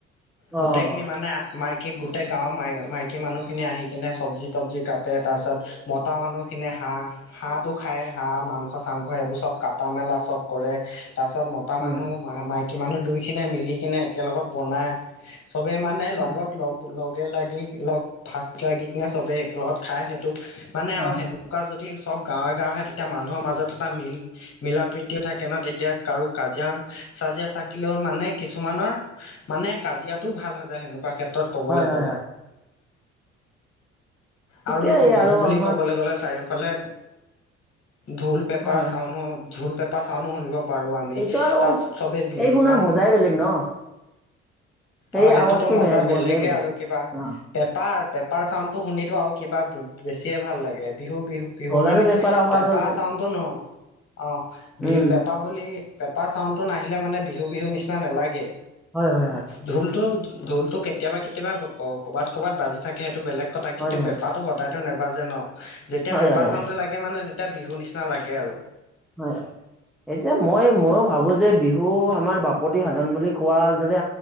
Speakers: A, in the centre; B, on the left.
A: হয়
B: গোটেইখিনি
A: অ অ
B: মানে মাইকী গোটৈক গাঁৱৰ মাই মাইকী মানুহখিনি আহি কিনে চবজি তবজি কাটে, তাৰপিছত মতা মানুহখিনিয়ে হাঁহ হাঁহটো খায়, হাঁহ মাংস চাংস এইবোৰ চব কাটা মেলা চব কৰে। তাৰছত মতা
A: হয়
B: মানুহ, মাইকী মানুহ দুইখিনিয়ে মিলি কিনে একেলগত বনায়। চবে মানে
A: হয়
B: লগত লগ, লগ ভাগে লাগি লগ ভাগ লাগি কিনে চবেই একেলগত খাই সেইটো মানে
A: হয়
B: আৰু সেনেকুৱা যদি সব গাঁৱে গাঁৱে তেতিয়া মানুহৰ মাজত এটা মিল মিলা প্ৰিতিও থাকে ন, তেতিয়া কাৰো কাজিয়া চা কাজিয়া চাকিলেও মানে কিছুমানৰ মানে কাজিয়াটোও ভাল হৈ যায় সেনেকুৱা ক্ষেত্ৰত ক'বলৈ
A: হয়,
B: গ
A: হয়। ঠিকেই
B: আৰু বিহু বুলি
A: আমাৰ
B: ক'বলৈ গ'লে চাইও ফালে, ঢোল, পেঁপা
A: হয় হয়
B: চাউনো ঢোল, পেঁপা চাউনো শুনিব পাৰো আমি,
A: এইটো আৰু
B: তাত চবে বিহু
A: এই শুনাৰ
B: মান
A: মজাই বেলেগ ন সেই
B: অ', সেইটোতো
A: আৱাজটো
B: মজা
A: মে-
B: বেলেগে
A: মজাই বেলেগ
B: আৰু। পা,
A: অ
B: পেপাৰ পেপাৰ চাউনটো শুনিতো আৰু কিবা বেছিয়ে ভাল লাগে, বিহু, বিহু, বিহু
A: ঢোল
B: বুলি
A: আৰু পেপাৰ আৱাজ
B: পেঁপা
A: হ'ল
B: চাউন্দটো ন! অ', বি
A: উম
B: পেঁপা বুলি, পেঁপা চাউন্দটো নাহিলে মানে বিহু, বিহু নিচিনা নেলাগে।
A: হয় হয় হয়
B: ঢোলটো, ঢোলটো কেতিয়াবা কেতিয়াবা ক-ক'বাত, ক'বাত বাজি থাকে সেইটো বেলেগ কতা কিন্তু
A: হয় হয়
B: পেঁপাটো সদায়তো নেবাজে ন? যেতিয়া
A: হয়
B: পেঁপা
A: হয় হয়
B: চাউনটো লাগে মানে তিয়া বিহু নিচিনা লাগে আৰু।
A: হয়। এতিয়া মই ময়ো ভাবো যে বিহু আমাৰ বাপতি সাধন বুলি কোৱাৰ দৰে